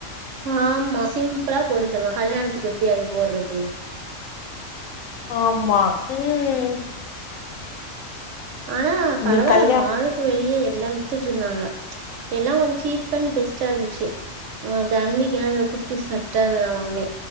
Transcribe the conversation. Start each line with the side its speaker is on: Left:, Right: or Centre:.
Right: ஆமா சிம்பிளா போட்டு தருவாங் கல்யாணத்துக்கு எப்டி அது போடுறது
Left: ஆமா ம்
Right: ஆனா
Left: உங்களுக்கு
Right: பரவாயில்ல
Left: கல்யாணம்
Right: மாலுக்கு வெளிய எல்லா வித்துட்டுருந்தாங்க எல்லா கொஞ்சோ சீப் அண்ட் பெஸ்ட்டா இருந்துச்சு அ தம்பிக்கலா இந்த குட்டி சட்ட அதலா வாங்குனே